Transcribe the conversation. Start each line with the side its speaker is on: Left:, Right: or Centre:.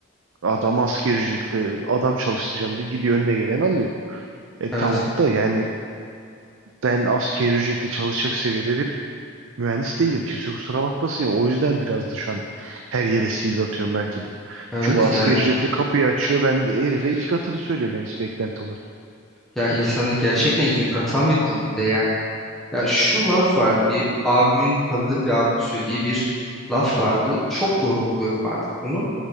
Right: adam asgari ücretle adam çalıştıracağım diye gidiyor önüne gelen alıyor. E
Centre: Evet.
Right: tamam da yani ben asgari ücretle çalışacak seviyede bir mühendis değilim. Kimse kusura bakmasın ya. O yüzden biraz da şu an her yere CV atıyorum belki de.
Centre: Evet
Right: Çünkü asgari
Centre: yani
Right: ücretle kapıyı açıyor. Ben de herife iki katını söylüyorum yani beklenti olarak.
Centre: Ya insanı gerçekten yıpratan bir durum bir de yani. Ya şu laf vardı bir abimin tanıdığım bir abimin söylediği bir laf vardı. Çok doğru buluyorum artık bunu.